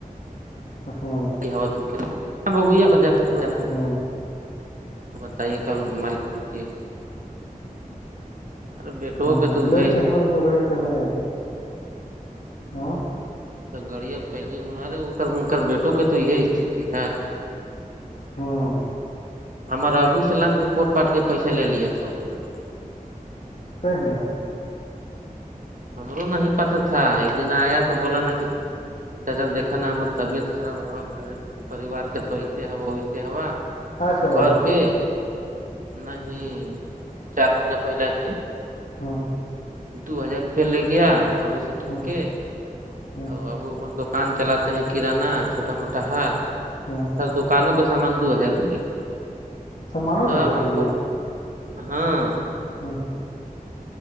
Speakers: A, on the left; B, on the right.
A: ہاں
B: ا تو کیا ببو یہ ہو جا ہو ج ہے
A: ہوں
B: بتائیے کل ملک ہوتی ہے کیا بیٹو
A: ہاں
B: کے تو
A: لے
B: ہے
A: گی ہماریے کو گاڑی پہل آ ہ
B: اھ گڑیا پہل ہی ہہر ہو کر انک بیٹوں کے تو یہی استھتی ہے
A: ہاں
B: ہمار ابو سلان کے پوٹ پاٹ کے پیسہ لے لیےیا تھا بیٹا
A: ایک ن
B: ہمرو نہیں پتا تھا ایک دن آیا تو بولا نا کہ چچا دیکا نا ہمر طبیعت خراب ہوا گھر پریوار کے تو ایسے ہوا ویسے ہوا
A: آج کل ہو
B: کر کے نہیں چار مہین پہلا ہی
A: ہاں
B: دو ہزار روپیہ لے گیا ابو سے ٹھک
A: ہوں
B: کے
A: ہوں
B: اور اب ابو ہمار دکان چلاتے ہیں کرانہ چھوٹا موٹا ہےا
A: ہاں
B: دکانوں کا سامان دو ہزار کے لے گ
A: سامانو
B: ت
A: دو
B: اب
A: ہزار
B: ہم
A: کے
B: کو ہاں
A: ہاں